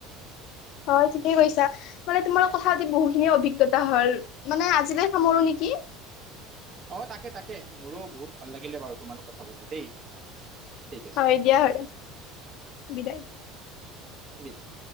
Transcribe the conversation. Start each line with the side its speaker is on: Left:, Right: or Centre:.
Left: <inaudible> হয় ঠিকেই কৈছা, মানে তোমাৰ কথা বহুতখিনিয়ে অভিজ্ঞতা হল মানে আজিলে সামৰো নেকি? কি?
Right: অ', তাকে, তাকে। মোৰো বহুত ভাল লাগিলে বাৰু, তোমাৰ লগত কথা পাতি দেই। ঠিক
Left: হয়, দিয়া হলে বিদায়।
Right: বিদায়।